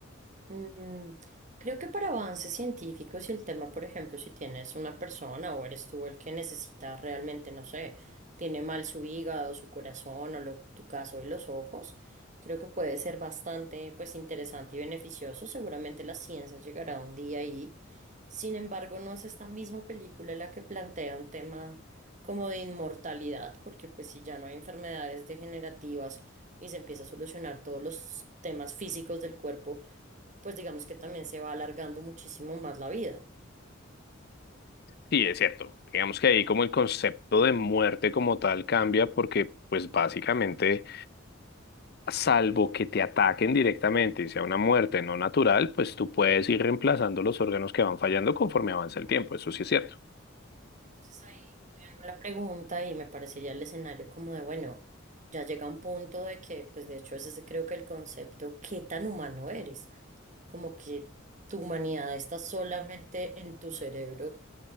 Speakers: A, on the right; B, on the left.
A: Mm, creo que para avances científicos y el tema, por ejemplo, si tienes una persona o eres tú el que necesita realmente, no sé, tiene mal su hígado, su corazón o lo, tu caso de los ojos, creo que puede ser bastante, pues, interesante y beneficioso. Seguramente la ciencia llegará un día ahí. Sin embargo, no es esta misma película la que plantea un tema como de inmortalidad, porque pues si ya no hay enfermedades degenerativas y se empieza a solucionar todos los temas físicos del cuerpo, pues digamos que también se va alargando muchísimo más la vida.
B: Sí, es cierto. Digamos que ahí como el concepto de muerte como tal cambia porque pues básicamente... salvo que te ataquen directamente y sea una muerte no natural, pues tú puedes ir reemplazando los órganos que van fallando conforme avanza el tiempo, eso sí es cierto.
A: Entonces ahí me hago la pregunta y me parecería el escenario como de, bueno, ya llega un punto de que, pues de hecho ese es creo que el concepto, ¿qué tan humano eres? Como que tu humanidad está solamente en tu cerebro